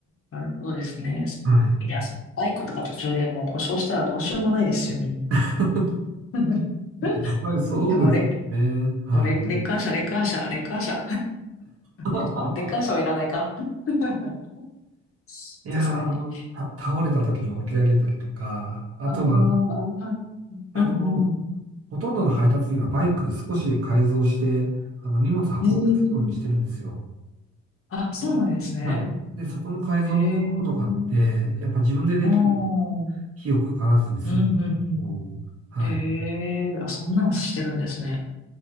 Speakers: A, on the left (about 45°); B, on the right (about 50°).
A: なるほどですね。
B: はい。
A: いや、バイクとか途中でもう故障したらどうしようもないですよね。
B: <laughs>
A: <laughs>
B: やっぱりそうですね。
A: でもレ、
B: はい。
A: もうレ、レッカー車、レッカー車、レッカー車。
B: <laughs>
A: <laughs> レッカー車はいらないか。<laughs> さすがに。
B: いやー、あの、た、倒れた時に起き上げたりとか、あとは、
A: あーあー、あ
B: あの、
A: うんう
B: ほとんどの配達員はバイク少し改造して、あの、荷物運びやすいようにしてるんですよ。
A: ん。ええあ、そうなんですね。
B: で、はい。で、そこの改造のところとかって、
A: ええ
B: やっぱ自分でできると費
A: ああ、うん
B: 用かからずに済む。
A: うんうん。
B: うん、はい。
A: ええあ、そんなのしてるんですね。